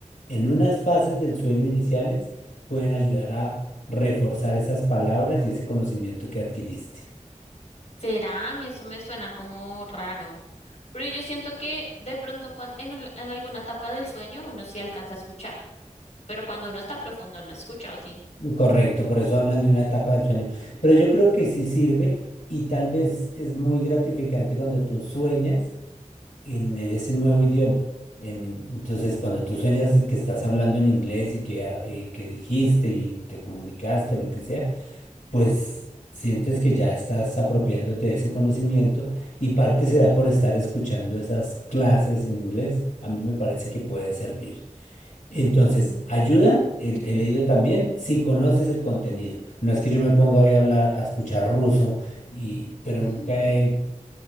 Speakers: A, on the left; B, on the left.
A: en unas fases del sueño iniciales pueden ayudar a reforzar esas palabras y ese conocimiento que adquiriste.
B: ¿Será? A mí eso me suena como raro. Pero yo siento que de pronto cuan- en, ul- en alguna etapa del sueño uno sí alcanza a escuchar. Pero cuando uno está profundo no escucha, ¿o sí?
A: Correcto, por eso hablan de una etapa del sueño. Pero yo creo que sí sirve y tal vez es muy gratificante cuando tú sueñas en ese nuevo idioma. En- entonces, cuando tú sueñas y que estás hablando en inglés y que, ah, y que dijiste y te comunicaste o lo que sea, pues sientes que ya estás apropiándote de ese conocimiento y parte se da por estar escuchando esas clases en inglés. A mí me parece que puede servir. Entonces,
B: Mm.
A: ayuda, he, he leído también, si conoces el contenido. No es que yo me ponga hoy a hablar, a escuchar ruso, y,
B: <laughs>
A: pero nunca he